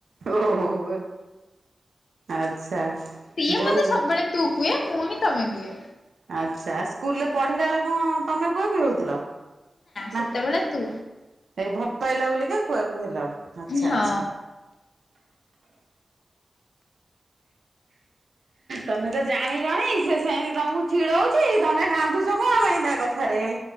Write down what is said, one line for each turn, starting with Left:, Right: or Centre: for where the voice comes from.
Right: ଓହଃ ଆଚ୍ଛା।
Left: ସିଏ
Right: ଯୋଉ
Left: ମତେ ସବୁବେଳେ ତୁ କୁହେ, ମୁଁ ହିଁ ତମେ କୁଏ।
Right: ଆଚ୍ଛା। ସ୍କୁଲ୍ ରେ ପଢିଲା ବେଳ କ'ଣ ତମେ କୁହାକୁହି ହଉଥିଲ? ନା,
Left: ସେତେବେଳେ ତୁ
Right: ଏଇ ଭଲ୍‌ ପାଇଲ ବୋଲିିକା କୁହାକୁହି ହେଲ। ଆଚ୍ଛା
Left: ହଁ!
Right: ଆଚ୍ଛା। ତମେ ତ ଜାଣିିଲଣି ସେ ସେନ୍ତି ତମକୁ ଚିଡ଼ଉଚି। ତମେ କାନ୍ଦୁଚ କ'ଣ ପାଇଁ? ତା 'କଥା ରେ